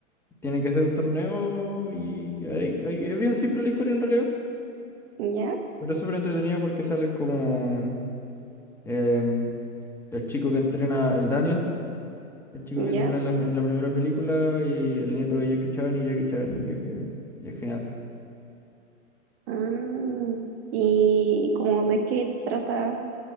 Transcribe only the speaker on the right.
Ya,
ya.
Ah, y como de qué trata,